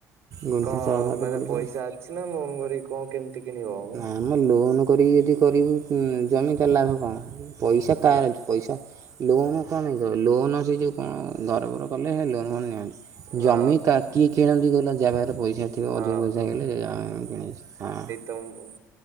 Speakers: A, on the right; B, on the right.
A: ଗୁଣ୍ଠ
B: କଣ
A: ଛଅ ସାତ
B: ମାନେ
A: ପଡ଼ିଯିବ
B: ପଇସା କିଛି ନାଇଁ ମନ କରିକି କହୁ କେମିତି କିଣିବ ଆଉ?
A: ଆମ ଲୋନ୍ କରିକି ଯଦି କରିବୁ ଜମି ତ ଲାଭ କଣ? ପଇସା
B: ଅ
A: ତାର ଅଛି, ପଇସା ଲୋନ୍ କମେଇ ଲୋନ୍ ସେ ଯେଉ କଣ ଘରବର କଲେ ହେ ଲୋନ ନିଅନ୍ତି। ଜମି
B: ଅ
A: କା କିଏ କିଣନ୍ତି କହିଲ? ଜା ପାଖରେ ପଇ ଥିବ
B: ହଁ
A: ଅଧିକା ପଇସା ହେଇଗଲେ <unintelligible>
B: ତୁମ୍ବୁ